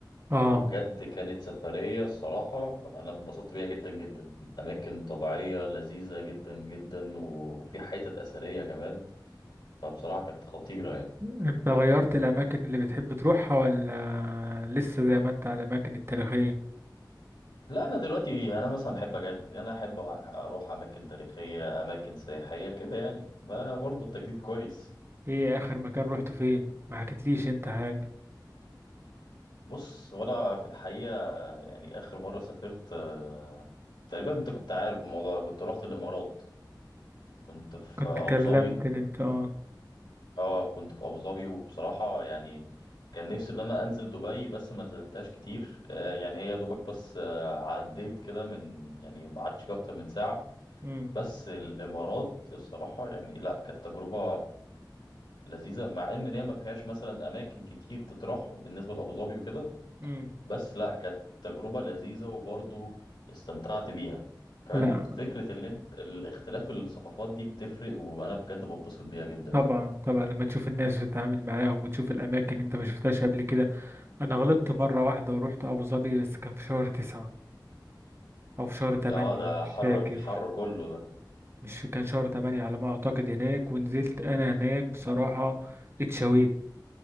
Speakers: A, on the right; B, on the left.
A: اه
B: وبجد كانت سفريه الصراحه انا اتبسطت بيها جدا جدا اماكن طبيعيه لذيذه جدا جدا و- وفي حتت اثريه كمان فبصراحه كانت خطيره يعني
A: انت غيرت الاماكن اللي بتحب تروحها ولا لسه زي ما انت على الاماكن التاريخية
B: لا انا دلوقتي انا مثلا بحب اجدد يعني انا احب اروح اماكن تاريخيه اماكن سياحيه كده يعني ما برضه التجديد كويس
A: ايه اخر مكان روحته فين ما حكيتليش انت حاجة
B: بص وانا في الحقيقه يعني اخر مره سافرت آه، تقريبا انت كنت عارف الموضوع ده. كنت رحت الامارات كنت في
A: كنت
B: ابو
A: أخر كلمتني
B: ظبي
A: انت اه
B: اه كنت في ابو ظبي وبصراحه يعني كان نفسي ان انا انزل دبي بس ما نزلتهاش كتير آه، يعني هي دوبك بس آه، عديت كده من يعني ما قعدتش فيها اكتر من ساعه
A: امم
B: بس الامارات الصراحه يعني لا كانت تجربه لذيذه مع ان هي ما فيهاش مثلا اماكن كتير تطرح بالنسبه لابو ظبي وكده
A: امم
B: بس لا كانت تجربه لذيذه وبرضه استمتعت بيها كمان
A: لا
B: فكره اللي انت الاختلاف الثقافات دي بتفرق وانا بجد بنبسط بيها جدا
A: طبعا
B: يعني
A: طبعا لما تشوف الناس وتتعامل معاهم وتشوف الاماكن انت ما شفتهاش قبل كده انا غلطت مرة واحدة ورحت ابو ظبي بس كان في شهر تسعة او في شهر تمانية
B: اه ده
A: مش فاكر
B: حر الحر كله ده
A: مش كان شهر تمانية على ما أعتقد هناك ونزلت أنا هناك بصراحة اتشويت